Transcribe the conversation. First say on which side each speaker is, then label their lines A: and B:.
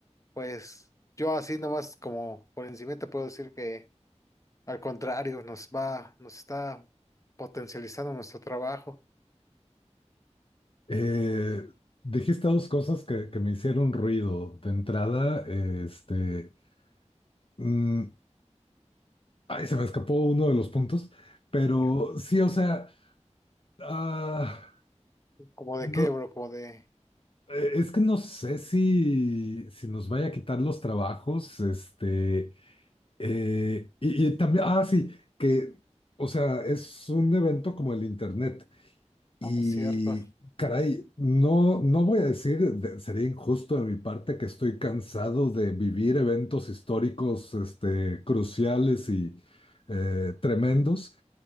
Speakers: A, on the left; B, on the left.
A: Pues yo así nomás como por encima te puedo decir que al contrario, nos va, nos está potencializando nuestro trabajo.
B: eh, dijiste dos cosas que, que me hicieron ruido. De entrada, eh, este, mm, ay, se me escapó uno de los puntos, pero
A: <laughs> Ujú.
B: sí, o sea, ah,
A: Como de
B: no,
A: qué, bro, como de...
B: eh, es que no sé si, si nos vaya a quitar los trabajos, este, Eh, y, y también, ah, sí, que, o sea, es un evento como el Internet. Y,
A: Ah, es cierto.
B: caray, no, no voy a decir, de- sería injusto de mi parte que estoy cansado de vivir eventos históricos, este, cruciales y eh, tremendos.